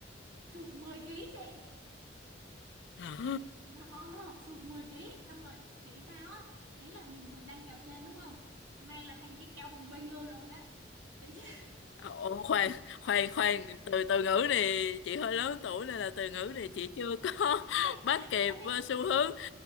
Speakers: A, on the right (about 80°); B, on the left (about 75°).
A: sụt 10 ký chị
B: Hả?
A: Ờ, sụt 10 ký xong rồi nghĩ sao á ý là bình thường đang kéo trên đúng không nay là thành cái kéo bùng binh luôn rồi á tự nhiên
B: Ồ, khoan khoan khoan từ từ ngữ này chị hơi lớn tuổi nên là từ ngữ này chị chưa có
A: <laughs> ấy
B: <laughs> bắt kịp
A: ấy
B: ờ, xu hướng